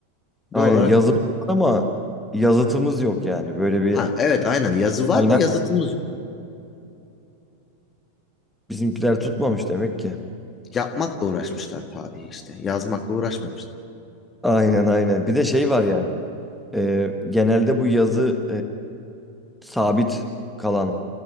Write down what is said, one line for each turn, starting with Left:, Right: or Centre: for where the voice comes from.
Centre: Aynen
Left: Doğal olarak,
Centre: yazımız var ama yazıtımız yok yani. Böyle bir
Left: ha evet aynen yazı var
Centre: kaynak
Left: da yazıtımız
Centre: yok.
Left: yok.
Centre: Bizimkiler tutmamış demek ki.
Left: Yapmakla uğraşmışlar tarihi işte. Yazmakla uğraşmamışlar.
Centre: Aynen aynen. Bir de şey var yani. e, genelde bu yazı e, sabit kalan